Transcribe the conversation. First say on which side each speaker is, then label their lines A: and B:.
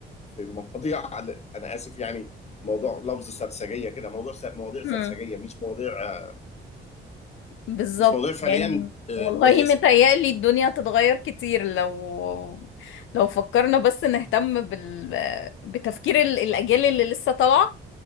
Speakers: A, on the left; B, on the left.
A: في مواضيع <laughs> على- انا اسف يعني موضوع لفظ سرسجية كده موضوع س- مواضيع سرسجية
B: امم
A: مش مواضيع آه،
B: بالظبط
A: مش مواضيع فعليا
B: يعني
A: آه،
B: والله
A: كويسة
B: متهيألي الدنيا هتتغير كتير لو لو فكرنا بس نهتم بال... بتفكير ال- الأجيال اللي لسه طالعة